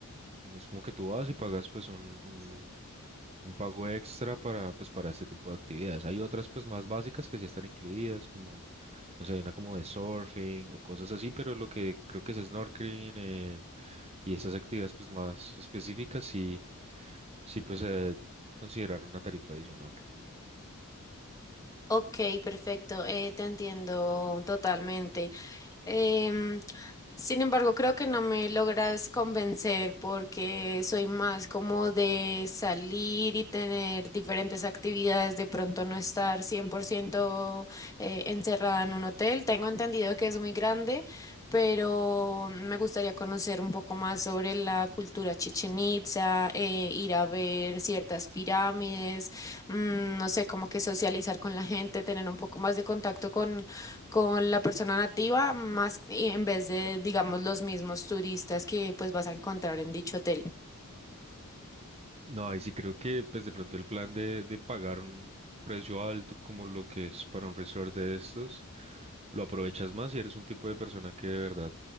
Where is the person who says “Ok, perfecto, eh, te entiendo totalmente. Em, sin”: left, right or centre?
Left